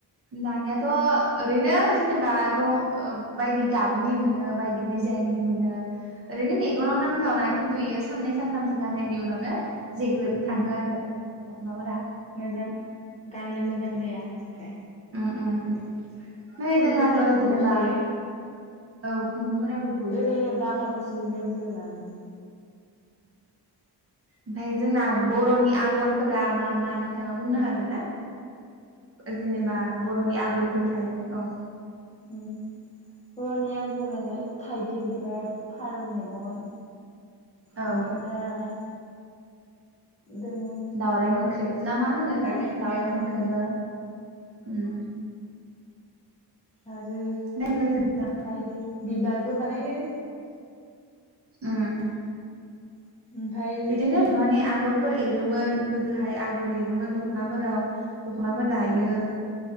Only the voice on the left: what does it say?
उम
मोजां गाननो मोजां जाया निमफ्राय
खुन्दुंफोराबो
गसोयो
ओरै दामाल'सो जेर जेर लानायायो <inaudible>
उम बनिय आगरालाय थाइगिर बिबार फारौ मेगन बेनिफ्राय
दङ
मोख्रेब
ओं
आरो
बायदि बिबारबो बानायो औ
ओमफाय
उम